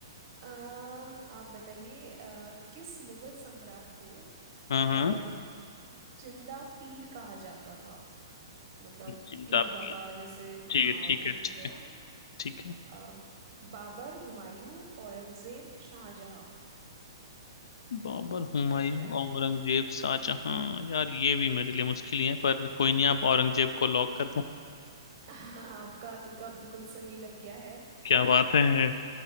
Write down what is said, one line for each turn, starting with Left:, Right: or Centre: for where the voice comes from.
Right: आ, आप बताइए आ, किस मुगल सम्राट को
Left: हाँ हाँ
Right: आ, जिंदा पीर कहा जाता था मतलब
Left: जिंदा
Right: पीर
Left: पीर
Right: बाबा जैसे
Left: ठीक
Right: हाँ
Left: है ठीक
Right: वो
Left: है
Right: होती
Left: ठीक
Right: है
Left: है
Right: ना
Left: ठीक है
Right: आ, बाबर हुमायूं औरंगजेब शाहजहां
Left: बाबर हुमायूं
Right: क्या लग रहा है
Left: औरंगजेब शाहजहां यार ये भी मेरे लिए मुश्किल ही है पर कोई नहीं आप औरंगजेब को लॉक कर दो
Right: <laughs> आपका तुक्का बिल्कुल सही लग गया है
Left: क्या
Right: <laughs>
Left: बात है